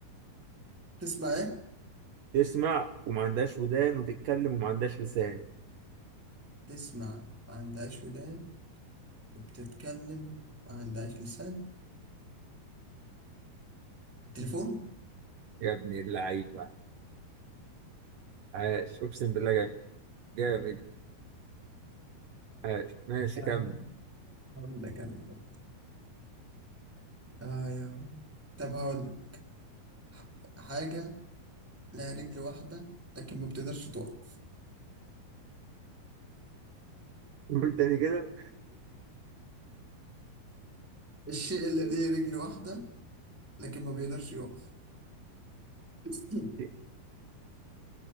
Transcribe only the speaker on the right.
تسمع وما عندهاش ودان وتتكلم وما عندهاش لسان
يا ابن اللعيبه عاش اقسم بالله جامد جامد عاش ماشي
كمل
قول تاني كده
<laughs> شيء